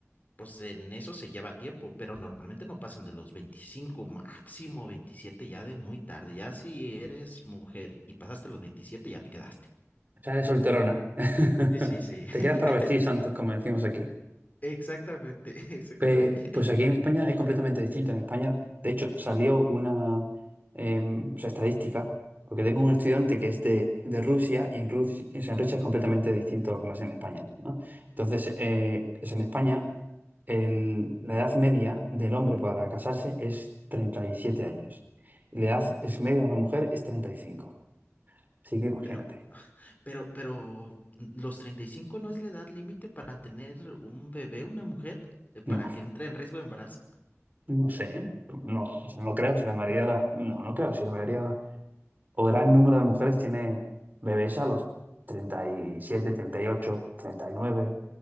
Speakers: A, on the left; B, on the right.
A: pues en eso se lleva tiempo, pero normalmente no pasan de los veinticinco máximo 27 ya de muy tarde. Ya si eres mujer y pasaste los veintisiete ya te quedaste.
B: O sea, eres solterona. <laughs>
A: Sí, sí, sí, <laughs>
B: Te quedas para vestir santos, como decimos aquí.
A: exactamente, <laughs> exactamente.
B: Pe- Pues aquí en España es completamente distinto. En España, de hecho, salió una em, o sea, estadística, porque tengo un estudiante que es de, de Rusia y en Rusia, en Rusia es completamente distinto a como es en España, ¿no? Entonces, eh, es en España el- la edad media del hombre para casarse es 37 años y la edad es media de la mujer es 35. Así
A: <laughs>
B: que imagínate.
A: Pero, Pero, pero, ¿los 35 no es la edad límite para tener un bebé, una mujer? Eh, ¿Para
B: No,
A: que entre en riesgo de embarazo?
B: no sé, ¿eh? no, o sea, no creo si la mayoría, de la- no, no creo si la mayoría o gran número de mujeres tiene bebés a los treinta treinta y y siete, treinta y ocho, treinta y nueve.